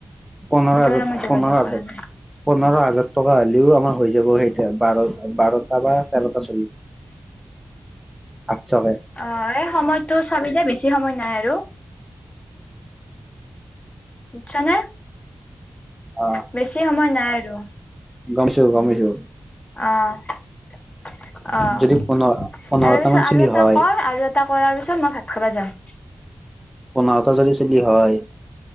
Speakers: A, in the centre; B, on the left.
A: পোন্ধৰ
B: সেইটো
A: হাজাৰ
B: কাৰণে মই যোগাযোগ
A: পোন্ধৰ হাজাৰ,
B: কৰা নাই
A: পোন্ধৰ হাজাৰ টকা হ'লেও আমাৰ হৈ যাব। সেইটোৱে বাৰ বাৰটা বা তেৰটা চলি। আঠছকে।
B: অ' এই সময়তো চাবি দে বেছি সময় নাই আৰু। বুতছানে
A: অ
B: বেছি সময় নাই আৰু।
A: গ'মছো গ'ম পাইছোঁ।
B: অ'। অ'
A: যদি
B: তাৰ
A: পোন্ধৰ পোন্ধৰটা
B: পিছত
A: মান
B: আৰু
A: চুলি
B: এটা
A: হয়
B: কৰ আৰু এটা কৰাৰ পিছত মই ভাত খাবা যাম।
A: বনাওতে যদি <unintelligible> হয়।